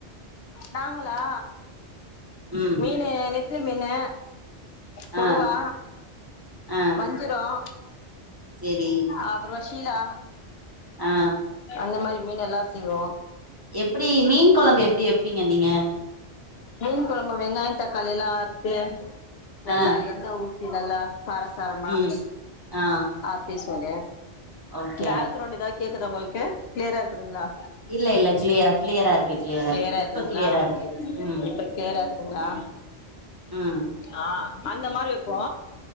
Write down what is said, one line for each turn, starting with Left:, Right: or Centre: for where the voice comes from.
Left: நாங்களா
Right: ம்
Left: மீனு நெத்திலி மீனு கொடுவா
Right: ஆ ஆ
Left: வஞ்சிரம்
Right: சேரி
Left: அப்புறம் சீலா
Right: ஆ
Left: அந்த மாதிரி மீனெல்லாம் செய்வோம்
Right: எப்படி மீன் குழம்பு எப்படி எப்படி ங்க நீங்க
Left: மீன் கொழம்பு வெங்காயம் தக்காளியெல்லாம் அறுத்து <unintelligible> நல்லா
Right: ஆ
Left: எண்ண ஊத்தி தினல்லா காரசாரமா
Right: ம் ஆ
Left: ஆபிஸ் <unintelligible> ங்க
Right: ஓகே
Left: பக்ரவுண்ட் யெதா கேக்குதா உங்களுக்கு கிளியராருக்குதுங்களா
Right: இல்ல இல்ல கிளியரா கிளியராருக்கு கிளியராருக்கு
Left: கிளியரா இருக்குதுங்களா
Right: இப்ப கிளியராருக்கு உம்
Left: இப்ப க்ளியரா இருக்கு ங்களா
Right: ம்
Left: ஆஹ் அந்த மாரி ப்போ